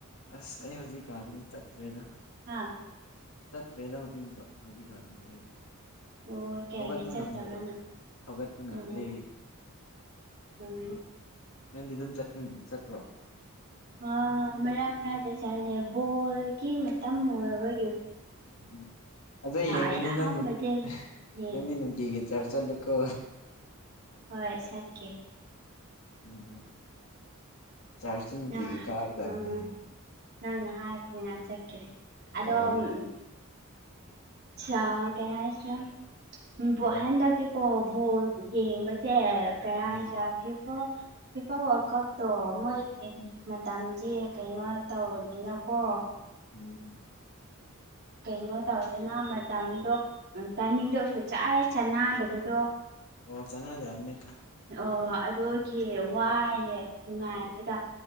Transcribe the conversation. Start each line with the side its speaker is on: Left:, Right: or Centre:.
Left: ꯑꯁ ꯑꯩ ꯍꯧꯖꯤꯛꯀꯥꯟꯗꯤ ꯆꯠꯇ꯭ꯔꯦꯗ
Right: ꯍꯥꯥ
Left: ꯇꯠꯇꯔ꯭ꯦꯗ ꯍꯧꯖꯤꯛ ꯃꯇꯝ ꯍꯧꯖꯤꯛ ꯀꯥꯟ ꯑꯩ
Right: ꯑꯣ ꯀꯌꯥꯒꯤ
Left: ꯍꯧꯒꯠꯄ
Right: ꯆꯠꯇꯕꯅꯣ
Left: ꯉꯝꯗꯦꯕ ꯍꯧꯒꯠꯄ ꯉꯝꯗꯦ
Right: ꯎꯝ ꯎꯝ ꯅꯣ
Left: ꯅꯪꯗꯤ ꯑꯗꯨꯝ ꯆꯠ ꯎꯪ ꯆꯠꯄ꯭ꯔꯣ
Right: ꯑ ꯃꯔꯥꯛ ꯃꯔꯥꯛꯗ ꯆꯠꯂꯦ ꯕꯣꯜꯒꯤ ꯃꯇꯝ ꯑꯣꯏꯔꯕꯒꯤ
Left: ꯎꯝ ꯑꯗꯣ ꯌꯦꯡꯒꯅꯨ
Right: ꯑꯌꯥꯝꯕꯗ
Left: ꯅꯪ ꯅꯨꯡ
Right: ꯌꯦꯡꯉꯦ
Left: ꯑ ꯅꯪꯗꯤ ꯅꯨꯡꯇꯤꯒꯤ ꯆꯔꯁ ꯆꯠꯂꯨꯀꯣ
Right: ꯍꯣꯏ ꯁꯠꯀꯦ
Left: ꯎꯝ ꯆꯥꯔꯆꯟꯇꯤꯒꯤ
Right: ꯅꯪ
Left: ꯀꯥꯒꯗꯕꯅꯤꯅꯦ
Right: ꯎꯝ ꯅꯪꯅ ꯍꯥꯏꯕꯅꯤꯅ ꯆꯠꯀꯦ ꯑꯗꯣ
Left: ꯑꯧ
Right: ꯎꯝ ꯆꯥ ꯀꯩꯍꯥꯏꯁꯤꯔ ꯎꯝ ꯕꯣ
Left: ꯍꯥꯏꯔꯣ
Right: ꯍꯟꯗꯛꯇꯤꯀꯣ ꯕꯣꯜ ꯌꯦꯡꯕꯁꯦ ꯀꯌꯥ
Left: ꯎꯝ
Right: ꯍꯥꯏꯁꯤꯔꯥ ꯍꯣ ꯐꯤꯐꯥ ꯋꯥꯜꯀꯞꯇꯣ ꯃꯣꯏꯒꯤ
Left: ꯎꯝ
Right: ꯃꯇꯝꯖꯤ ꯀꯩꯅꯣ ꯇꯧꯗꯤꯅꯀꯣ
Left: ꯎꯝ
Right: ꯀꯩꯅꯣ ꯇꯧꯗꯅ ꯃꯇꯝꯗꯣ ꯇꯥꯏꯃꯤꯡꯗꯣ ꯁꯨꯛꯆꯥꯍꯦꯛ ꯆꯥꯟꯅꯗꯕꯗꯣ
Left: ꯑꯣ ꯆꯥꯟꯅꯗꯕꯅꯤ
Right: ꯑꯣ ꯑꯗꯨꯒꯤ ꯋꯥꯏꯑꯦ ꯅꯨꯡꯉꯥꯏꯕꯗ